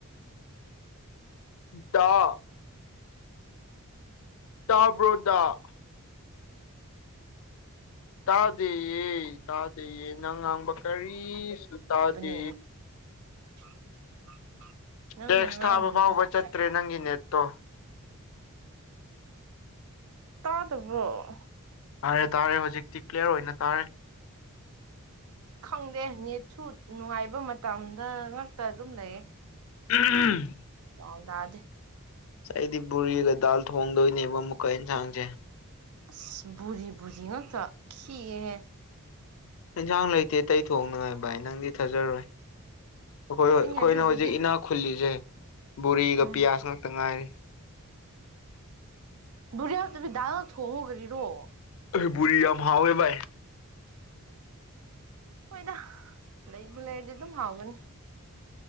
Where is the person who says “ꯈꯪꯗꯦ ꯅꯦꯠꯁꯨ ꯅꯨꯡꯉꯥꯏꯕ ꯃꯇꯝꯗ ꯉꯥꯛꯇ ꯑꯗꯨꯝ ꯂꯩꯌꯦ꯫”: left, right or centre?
Right